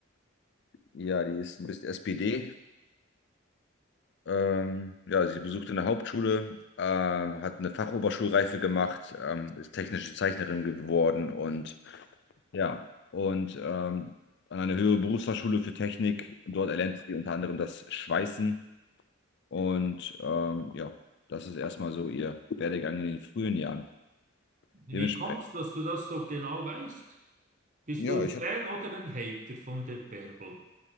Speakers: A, on the left (about 60°); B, on the right (about 40°).
A: Ja, die ist ein bisschen SPD. Ähm, ja, sie besuchte eine Hauptschule, ähm, hat eine Fachoberschulreife gemacht, ähm, ist technische Zeichnerin geworden und ja, und ähm, an einer höheren Berufsfachschule für Technik. Dort erlernte sie unter anderem das Schweißen Und ähm, ja, das ist erstmal so ihr Werdegang in den frühen Jahren.
B: Wie
A: Dementsprechend.
B: kommt's, dass du das so genau weißt? Bist
A: Ja,
B: du ein
A: ich hab,
B: Fan oder ein Hater von der Bärbel?